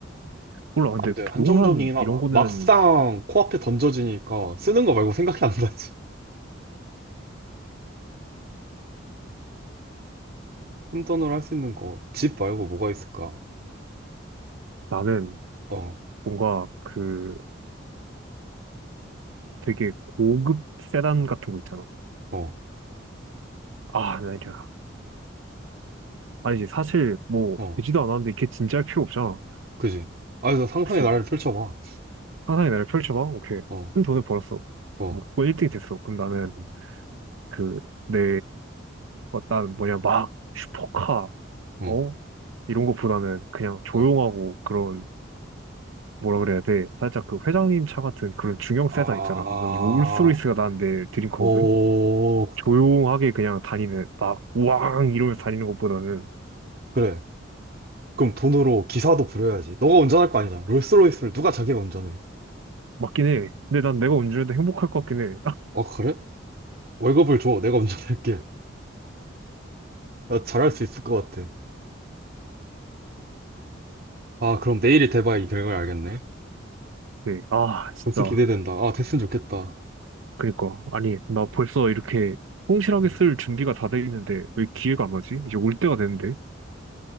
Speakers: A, on the right; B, on the right.
A: 몰라. 근데
B: 안 돼.
A: 부동산
B: 한정적이긴 하다.
A: 이런 거는
B: 막상 코앞에 던져지니까 쓰는 거 말고 생각이 안 나지. 큰 돈으로 할 수 있는 거. 집 말고 뭐가 있을까?
A: 나는
B: 어,
A: 뭔가 그 되게 고급 세단 같은 거 있잖아.
B: 어,
A: 아, 나 이제 아니지 사실 뭐
B: 어.
A: 되지도 않았는데 이게 진짜 할 필요 없잖아.
B: 그지? 아, 너 상상의
A: 그치?
B: 나를 펼쳐봐.
A: 상상의 나를 펼쳐봐. 오케이.
B: 어,
A: 큰 돈을 벌었어.
B: 어,
A: 뭐고 1등이 됐어. 그럼 나는
B: 음,
A: 그 내 뭐, 난 뭐냐 막 슈퍼카
B: 어,
A: 어 이런 거보다는 그냥 조용하고
B: 어.
A: 그런 뭐라 그래야 돼. 살짝 그 회장님 차 같은 그런 중형 세단
B: 아,
A: 있잖아. 난 롤스로이스가 난내 드림카거든.
B: 오,
A: 조용하게 그냥 다니는 막 우왕 이러면서 다니는 것보다는
B: 그래. 그럼 돈으로 기사도 부려야지. 너가 운전할 거 아니잖아. 롤스로이스를 누가 자기가 운전해?
A: 맞긴 해. 근데 난 내가 운전해도 행복할 것 같긴 해. <laughs>
B: 아, 그래? 월급을 줘. 내가 운전할게. 나 잘할 수 있을 것 같아. 아, 그럼 내일이 대박 이 경영을 알겠네.
A: 네. 아, 진짜.
B: 데슨 기대된다. 아, 데슨 좋겠다.
A: 그니까. 아니, 나 벌써 이렇게 성실하게
B: 음.
A: 쓸 준비가 다 돼 있는데 왜 기회가 안 오지? 이제 올 때가 됐는데.